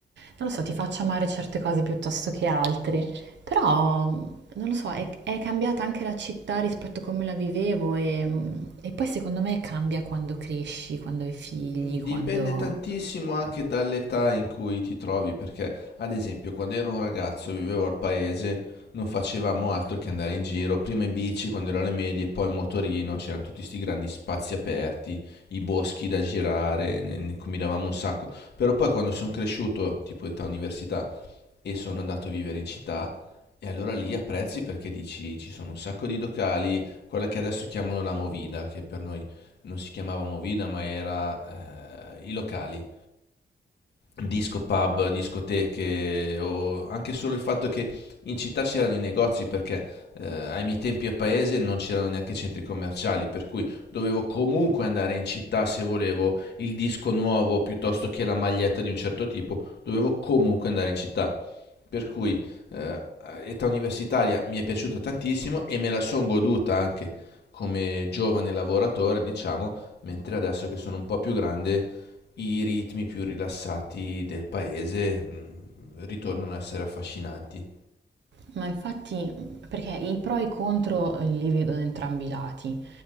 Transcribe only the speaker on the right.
non lo so, ti faccia amare certe cose piuttosto che altre. Però, non lo so, è, è cambiata anche la città rispetto a come la vivevo e, e poi secondo me cambia quando cresci, quando hai figli,
quando...
Ma infatti, perché i pro e i contro li vedo da entrambi i lati.